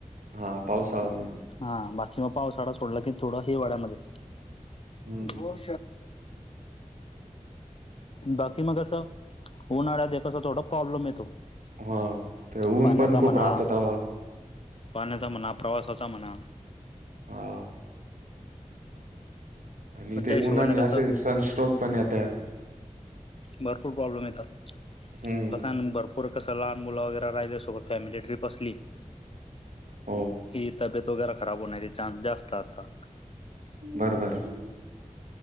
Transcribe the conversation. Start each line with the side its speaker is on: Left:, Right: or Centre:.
Right: हा पावसाळा मेन.
Left: हा बाकी मग पावसाळाा सोडला की थोड हिवाळ्यामध्ये
Right: हम्म
Left: ह बाकी मग कसं उन्हाळ्यात कसं थोडा प्रॉब्लेम येतो.
Right: हा ते ऊन
Left: पाण्याचा
Right: पण खूप
Left: म्हणा
Right: राहत तवा.
Left: पाण्याचा म्हणा प्रवासाचा म्हणा.
Right: हो. आणि ते
Left: त्या हिशोबाने
Right: उन्हानी
Left: कसं
Right: असे सनस्ट्रोक पण येतय.
Left: भरपूर प्रॉब्लेम येतात
Right: हम्म
Left: लसन भरपूर पर कसं लहान मुलं वगैरे राहिल्यासोबत फॅमिली ट्रिप असली.
Right: हो
Left: की तब्बेत वगैरे खराब होण्याचे चान्स जास्त असतात.
Right: बरोबर